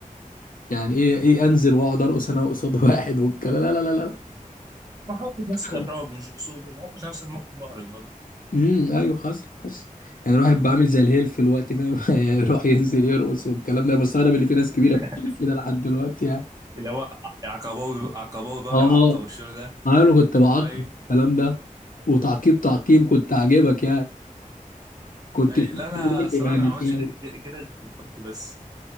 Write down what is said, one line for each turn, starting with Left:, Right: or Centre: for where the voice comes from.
Left: يعني ايه ايه انزل واقعد ارقص انا قصاد <laughs> واحد والكلام لا لا لا
Right: ما حطش نفس الاحراج
Left: لا
Right: مش قصور ما حطش نفس الموقف محرج برضه
Left: امم ايوه حصل حصل يعني الواحد بعمل زي الهيل في الوقت فاهم <laughs> يروح ينزل يرقص والكلام ده بستغرب اللي في ناس
Right: <laughs>
Left: كبيره بتعمل كده لحد دلوقتي يعني
Right: اللي هو عقباوي عقباوي بقى
Left: اه
Right: يعقب والشغل ده
Left: انا كنت بعقب
Right: اي
Left: الكلام ده وتعقيب تعقيب كنت عاجبك يعني كنت
Right: اي
Left: شقي
Right: لا انا
Left: برضه
Right: الصراحه
Left: يعني
Right: أنا ما عملتش
Left: شوية.
Right: ك- ك- كده غير في الخط بس